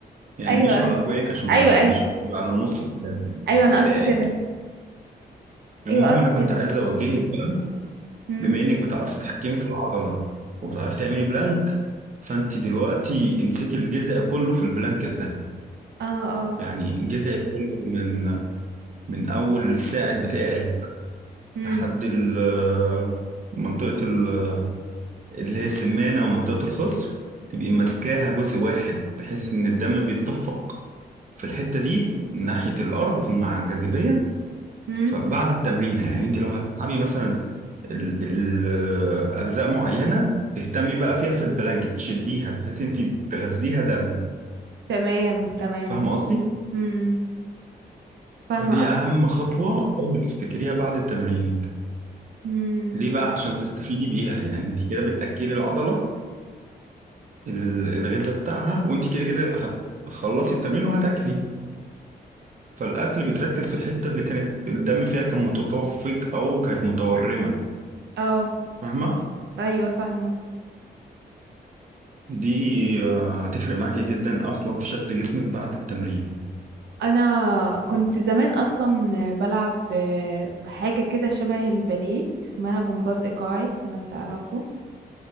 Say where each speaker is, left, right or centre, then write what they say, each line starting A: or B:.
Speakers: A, on the right; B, on the right.
A: يعني
B: ايوه
A: مش
B: ايوه
A: على كوعك عشان ما
B: ايوه
A: يوجعكيش
B: ايوه
A: تبقى على نص دراعك
B: ايوه
A: على
B: انا
A: الساعد
B: قصدي كده
A: المهم
B: ايوه قصدي
A: انا كنت
B: كده
A: عايز اوجهك بقى
B: امم
A: بما انك بتعرفي تتحكمي في العضله وبتعرفي تعملي بلانك فانت دلوقتي امسكي الجذع كله في البلانك ده
B: اه اه
A: يعني جذعك كله من من اول الساعد بتاعك
B: امم
A: لحد ال- منطقه ال- اللي هي السمانه ومنطقه الخصر تبقي ماسكاها جزء واحد بحيث ان الدم بيتدفق في الحته دي ناحيه الارض مع الجاذبيه
B: امم
A: فبعد التمرين يعني انت لو هتلعبي مثلا ال- ال- اجزاء معينه تهتمي بقى فيها في البلانك تشديها بحيث انت تغذيها دم
B: تمام تمام
A: فاهمه قصدي
B: امم فاهمة
A: فدي
B: قصدك
A: اهم خطوه اول ما تفتكريها بعد تمرينك
B: امم
A: ليه بقى عشان تستفيدي بيها يعني انت كده بتاكلي العضله ال- الغذاء بتاعها وانت كده كده هتخلصي التمرين وهتاكلي فالاكل بتركز في الحته اللي كانت الدم فيها كان متدفق او كانت متورمه
B: اه
A: فاهمه
B: ايوه فاهمة
A: دي آه، هتفرق معاكي جدا اصلا في شكل جسمك بعد التمرين
B: انا كنت زمان اصلا بلعب آه، حاجة كده شبه الباليه اسمها جمباز ايقاعي لو تعرفه